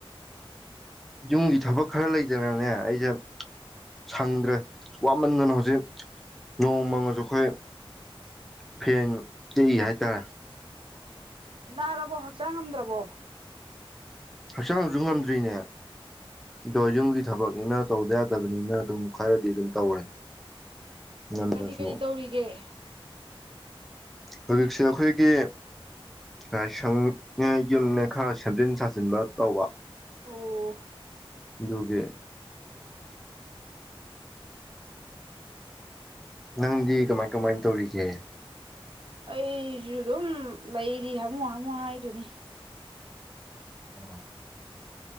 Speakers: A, in the centre; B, on the right.
A: ꯌꯨꯝꯒꯤ ꯊꯕꯛ ꯈꯔ ꯂꯩꯗꯅꯅꯦ ꯑꯩꯁꯦ ꯁꯪꯗ꯭ꯔꯦ ꯋꯥꯃꯟꯗꯅ ꯍꯧꯖꯤꯛ ꯅꯣꯡꯃꯃꯁꯨ ꯑꯩꯈꯣꯏ ꯐꯦꯟ ꯇꯦꯛꯏ ꯍꯥꯏꯇꯥꯔꯦ
B: ꯅꯥꯔꯕꯣ ꯍꯛꯆꯥꯡ ꯉꯝꯗ꯭ꯔꯕꯣ
A: ꯍꯛꯆꯥꯡꯁꯨ ꯉꯝꯗ꯭ꯔꯤꯅꯦ ꯑꯗꯣ ꯌꯨꯝꯒꯤ ꯊꯕꯛꯅꯤꯅ ꯇꯧꯗ ꯌꯥꯗꯕꯅꯤꯅ ꯑꯗꯨꯝ ꯈꯔꯗꯤ ꯑꯗꯨꯝ ꯇꯧꯔꯦ ꯉꯝꯗ꯭ꯔꯁꯨ
B: ꯀꯔꯤ ꯀꯔꯤ ꯇꯧꯔꯤꯒꯦ
A: ꯍꯧꯖꯤꯛꯁꯦ ꯑꯩꯈꯣꯏꯒꯤ ꯂꯥꯏꯁꯪꯅꯦ ꯌꯨꯝꯅꯦ ꯈꯔ ꯁꯦꯝꯖꯤꯟ ꯁꯥꯖꯤꯟꯕ ꯇꯧꯕ
B: ꯑꯣ
A: ꯗꯨꯒꯤ ꯅꯪꯗꯤ ꯀꯃꯥꯏ ꯀꯃꯥꯏ ꯇꯧꯔꯤꯒꯦ
B: ꯑꯩꯁꯨ ꯑꯗꯨꯝ ꯂꯩꯔꯤ ꯍꯥꯃꯨ ꯍꯥꯃꯨ ꯍꯥꯏꯗꯨꯅꯤ
A: ꯑꯣ